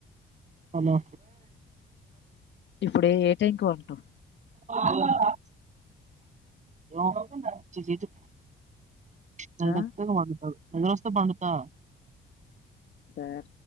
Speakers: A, on the right (about 35°); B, on the left (about 65°).
A: హలో
B: ఇప్పుడు ఏ టైంకు ఉంటావు
A: తాగావా ఎవుతాతే చి చీయి <unintelligible>
B: ఆ
A: నిద్రస్తే పండుతా
B: ఆట